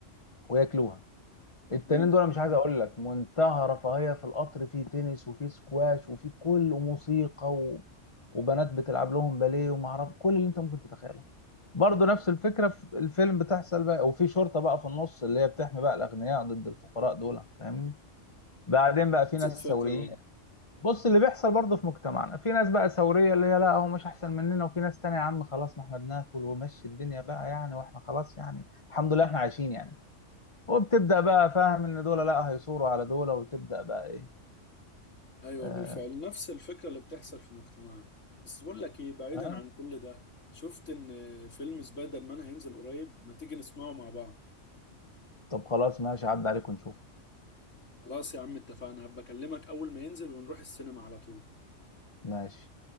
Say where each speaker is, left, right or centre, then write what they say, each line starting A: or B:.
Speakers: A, on the left; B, on the left.
A: وياكلوها التانيين
B: امم
A: دول أنا مش عايز اقول لك منتهى رفاهيه في القطر في تنس وفي سكواش وفي كل موسيقى و... وبنات بتلعب لهم باليه وما اعرف كل اللي انت ممكن تتخيله برضه نفس الفكره في الفيلم بتحصل بقى وفي شرطه بقى في النص اللي هي بتحمي بقى الاغنياء ضد الفقراء دول فاهمني بعدين بقى في
B: نفس
A: ناس
B: الفكرة
A: ثوريين
B: برضه
A: بص اللي بيحصل برضه في مجتمعنا في ناس بقى ثوريه اللي هي لا هو مش احسن مننا وفي ناس تانية يا عم خلاص ما احنا بناكل ومشي الدنيا بقى يعني واحنا خلاص يعني الحمد لله احنا عايشين يعني وبتبدا بقى فاهم ان دول لا هيثوروا على دول وتبدا بقى ايه
B: ايوه
A: آه.
B: بالفعل نفس الفكره اللي بتحصل في مجتمعنا بس بقول لك ايه بعيدا
A: آه.
B: عن كل ده شفت ان فيلم سبايدر مان هينزل قريب ما تيجي نسمعه مع بعض
A: طب خلاص ماشي عدى عليكم نشوف
B: خلاص يا عم اتفقنا هبقى اكلمك اول ما ينزل ونروح السينما على طول
A: ماشي